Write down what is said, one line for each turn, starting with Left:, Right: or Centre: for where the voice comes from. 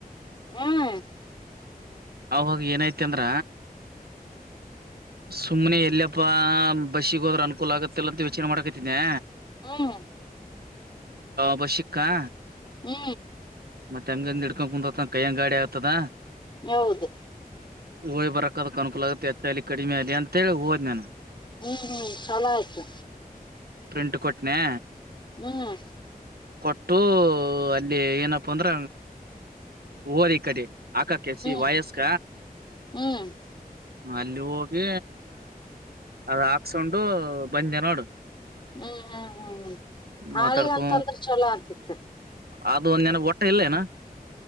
Left: ಹ್ಮ <unintelligible>
Right: ಅವಾಗ ಏನೈತಿ ಅಂದ್ರ ಸುಮ್ಮ್ನೆ ಎಲ್ಲಯಪ್ಪಾ ಬಸ್ಸಿ ಗೆ ಹೋದ್ರ ಅನುಕೂಲ ಆಗತ್ತಲ್ಲ ಅಂತ ಯೋಚನೆ ಮಾಡಕತಿದ್ದನೆ
Left: ಹ್ಮ <unintelligible>
Right: ಬಸಕ್ಕಾ
Left: ಹ್ಮ್
Right: ಮತ್ತೆ ಹೆಂಗಂದ ಹ ಇಡ್ಕೊಂಡ್ ಕುಂದ್ರತನ ಕೈಯಂಗ ಗಾಡಿ ಆಗ್ತದ
Left: ಹೌದು
Right: ಹೋಯ್ ಬರಕದಕ್ ಅನುಕೂಲ ಆಗುತ್ತೆ ಎಚ್ಚಲಿ ಕಡಿಮೆ ಆಗಲಿ ಅಂತೇಳಿ ಹೋದ್ ನಾನೂ
Left: ಹ್ಮ್ ಹ್ಮ್ ಚಲ ಆಯ್ತು
Right: ಪ್ರಿಂಟ್ ಕೊಟ್ನೆ
Left: ಹ್ಮ್
Right: ಕೊಟ್ಟು ಅಲ್ಲಿ ಏನಪ್ಪ ಅಂದ್ರ ಹೋರಿ ಕಡೆ ಆಕ ಕೆ ಸಿ ವಾಯಸ್ಕ
Left: ಹ್ಮ್ ಹ್ಮ್
Right: ಅಲ್ಲಿ ಹೋಗಿ ಅದ ಹಾಕ್ಸ್ಕೊಂಡು ಬಂದೆ ನೋಡು
Left: ಹ್ಮ್ ಹ್ಮ್ ಹ್ಮ್ ಹ್ಮ ಹಾಳಿವ
Right: ಮಾತಾಡ್ಕೊ
Left: ಅಂತಂದ್ರೆ ಚಲೋ ಆಗ್ತಿತ್ತು
Right: ಅದು ಒ ನನ್ನಗ್ ಒಟ್ಟೆ ಇಲ್ಲೇನಾ